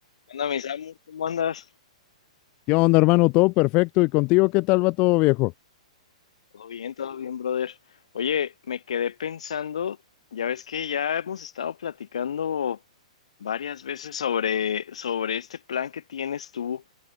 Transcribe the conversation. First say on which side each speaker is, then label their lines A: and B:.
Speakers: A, on the left; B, on the left.
A: ¿Qué onda, mi Samu? ¿Cómo andas?
B: ¿Qué onda, hermano? Todo perfecto. ¿Y contigo qué tal va todo, viejo?
A: Todo bien, todo bien, brother. Oye, me quedé pensando, ya ves que ya hemos estado platicando varias veces sobre, sobre este plan que tienes tú,